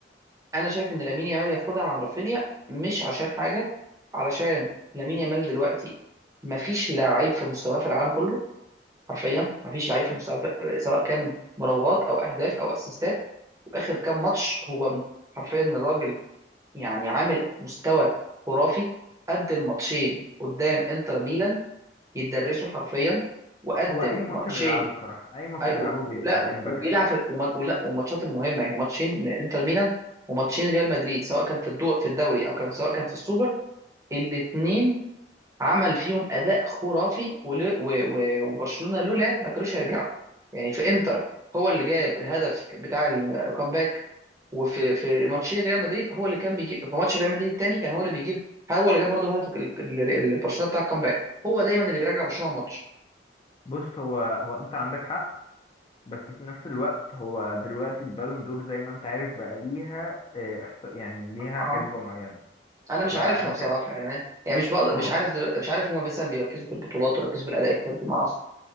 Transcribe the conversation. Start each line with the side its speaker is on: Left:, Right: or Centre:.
Right: انا شايف ان لامين يامال ياخدها عن رافينيا مش عشان حاجه علشان لامين يامال دلوقتي مفيش لعيب في مستواه في العالم كله حرفيا مفيش لعيب في مستواه في... سواء كان مراوغات او اهداف او اسيستات واخر كام ماتش هو حرفيا الراجل يعني عامل مستوى خرافي قدم ماتشين قدام انتر ميلان يتدرسوا حرفيا وقدم
Left: هو اي ماتش
Right: ماتشين
Left: بيلعبه الصراحة اي ماتش
Right: أي...
Left: بيلعبه
Right: و...
Left: بيبقى
Right: لا
Left: امباكت
Right: وبيلعب
Left: فيه
Right: في... وما... لا والماتشات المهمه يعني ماتشين انتر ميلان وماتشين ريال مدريد سواء كان في الدو... في الدوري او كان سواء كان في السوبر الاثنين عمل فيهم اداء خرافي ول... و... و... وبرشلونه لولا ما كانوش هيرجعوا يعني في انتر هو اللي جاب الهدف بتاع الكامباك وفي في ماتشين ريال مدريد هو اللي كان بيجيب في ماتش ريال مدريد الثاني كان هو اللي بيجيب هو اللي جاب برضه هدف ال- ال- ال- برشلونه بتاع الكامباك هو دايما اللي بيرجع برشلونه الماتش
Left: بص هو هو انت عندك حق بس في نفس الوقت هو دلوقتي البالون دور زي ما انت عارف بقى ليها آه، إحصا- يعني ليها
Right: اه
Left: حسبة معينة
Right: انا مش
Left: فانا
Right: عارفها بصراحه
Left: شا...
Right: يعني يعني مش بقدر
Left: هو
Right: مش
Left: ب-
Right: عارف دل... مش عارف هما مثلا بيركزوا في البطولات ويركزوا في الاداء الفردي ما اعرفش